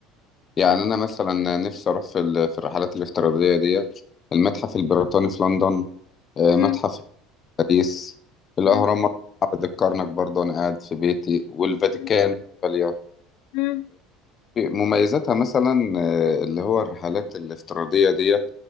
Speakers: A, on the left; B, on the left.
A: يعني انا مثلا نفسي اروح في ال- في الرحلات الافتراضيه دي المتحف البريطاني في لندن آه،
B: مم.
A: متحف في باريس الاهرامات
B: مم.
A: معبد الكرنك برضه انا قاعد في بيتي والفاتيكان
B: مم.
A: في ايطاليا
B: مم.
A: مميزاتها مثلا آه، اللي هو الرحلات الافتراضية ديت